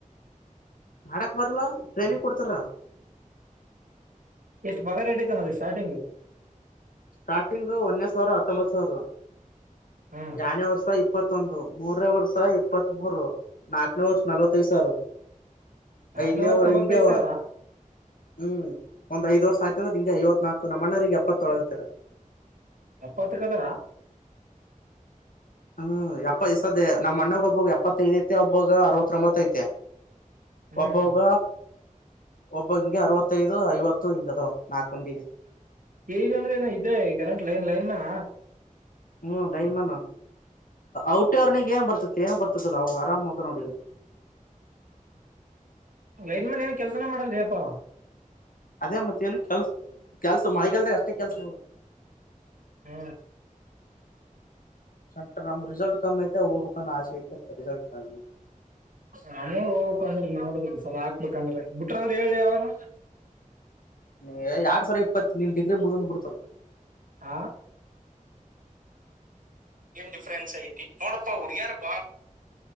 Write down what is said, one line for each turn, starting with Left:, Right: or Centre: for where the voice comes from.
Left: ಮಾಡಕ್ ಬರ್ಲ್ಲ ಟ್ರೈನಿಂಗ್ ಕೊಡ್ತಾರ
Right: ಎಷ್ಟು ಪಗ ಇಟೈತೆ ನದಗ್ ಸ್ಟಾರ್ಟಿಂಗ್
Left: ಸ್ಟಾರ್ಟಿಂಗು ಒನ್ನೇ ಸಾವಿರ ಹತ್ತೊಂಬತ್ತು ಸಾವಿರ
Right: ಹ್ಞೂ
Left: ಎರಡೂನೇ ವರ್ಷ ಇ ಇಪ್ಪತ್ತೊಂದು ಮೂರೇ ವರ್ಷ ಇಪ್ಪತ್ತ್ ಮೂರು ನಾಲ್ಕನೇ ವರ್ಷ ನಲ್ವತ್ತೈದು ಸಾವಿರ
Right: ನನೇ
Left: ಐದನೇ
Right: ವರ್ ನಲವತ್ತೈಐ
Left: ಹಿಂಗೆ
Right: ಸಾವಿರ
Left: ಹ್ಮ್ ಒಂದ್ಐದ ವರ್ಷ ಆಯ್ತ ಅಂದ್ರೆಂ ಐವತ್ ನಲ್ ನಣ್ಣರಿಗೆ ಎಪ್ಪತ್ತೊಳಗತ್ತತರ
Right: ಎಪ್ಪಾತ್ ಕದರಾ
Left: ಹ್ಮ್ ಎಪ್ಪ ಸದ ನಮ್ಮ್ ಮಣ್ಣಗ್ ಒಬ್ಬಗ್ ಎಪ್ಪತ್ತೈದ್ ಐತೆ ಒಬ್ಬಗ ಅರವತ್ತೊಂಬತ್ತ ಐತೆ
Right: ಹ್ಞೂ
Left: ಒಬ್ಬಗ ಒಬ್ಬ ಹಿಂಗೆ ಅರವತ್ತೈದು ಐವತ್ತು ಹಿಂಗದು ನಾಕು ಮಂದಿ
Right: ಕೇಲ್ ಅಂದ್ರೆನ ಇೇ ಲೈನ್ ಲೈನ್ ಮಾನ
Left: ಹ್ಮ್ ಲೈನ್ ಮ್ಯಾನ್ ಔಟಿರ್ನಿಗೆ ಏನ್ ಬರ್ತತಿ ಏ ಬರ್ ಲ್ಲ ಅವಾಗ ಆರಾಮತ ನೋಡಿಗ
Right: ಲೈನ್ ಮನನ ಕೆಲ್ಸನೇ ಮಾಡನ್ರಿಪ್ಪಾ
Left: ಅದೇ ಮತ್ತೆ ಏನು ಕೆಲ್ಸ ಕೆಲ್ಸ ಮಳೆಗಲ್ದ ಅಷ್ಟೇ ಕೆಲ್ಸ
Right: ಹಾ
Left: ಸೆಂಟ್ರ ನಮ್ ರಿಸಲ್ಟ್ ಕಮ್ಮಿ ಐತೆ ಹೋಗ್ಬೇಕನ್ನೋ ಆಸೆ ಐತೆ ರಿಸಲ್ಟ್ ಕಮ್ಮಿ
Right: ನಾನೇ ಹೋಗಂದ್ರೆ ನೋಡ ಒಂದ್ಸಲ ಹಾಕ್ಬೇಕಂದ್ರೆ ಬಿಟ್ರಂದ್ರೆ ಹೇಳಿ ಯಾರ
Left: ಹ
Right: ಹ ಡಿಫೆನ್ಸ್ ಐತಿ ನೋಡ ಹುಡುಗ್ಯಾರ ಬಾ